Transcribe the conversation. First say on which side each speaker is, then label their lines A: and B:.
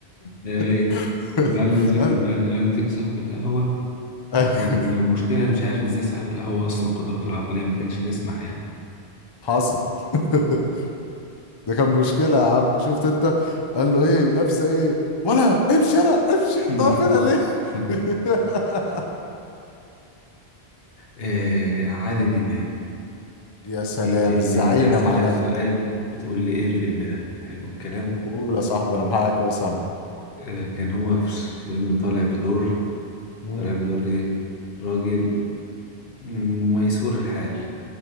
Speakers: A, on the left; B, on the left.
A: إيه
B: <laughs>
A: معلم زكي
B: قال
A: معلم زكي صاحب القهوة
B: اي
A: وكان- ومشكلة أنا مش عارف ازاي صاحب القهوة اصلا قدراته العقلية ما كانش تسمح يعني
B: حصل <laughs> ده كان مشكله يا عم شفت انت قال له ايه لابسه ايه ولا امشي يلا امشي
A: <laughs>
B: طب هنا ليه <laughs>
A: آه، عادل إمام
B: يا سلام
A: في فيلم
B: الزعيم
A: إيه؟ أسألك
B: يا معلمه
A: سؤال وتقول لي إيه
B: مم.
A: الفيلم ده حلو الكلام
B: قول يا صاحبي انا معاك اهو سامع
A: آه، كان هو في فيلم طالع بدور
B: مم.
A: طالع بدور إيه راجل م- ميسور الحال